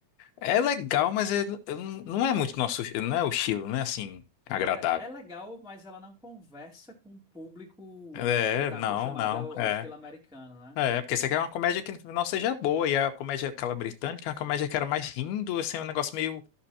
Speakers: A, on the left; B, in the centre.
A: É legal, mas é- eu não não é muito nosso. Não é o estilo, não é assim, agradável.
B: É, é legal, mas ela não conversa com o público
A: É,
B: que tá
A: não,
B: acostumado
A: não,
B: ao,
A: é.
B: ao estilo americano, né?
A: É, porque você quer uma comédia que não seja boa, e a comédia, aquela britânica, é uma comédia que era mais rindo, assim, um negócio meio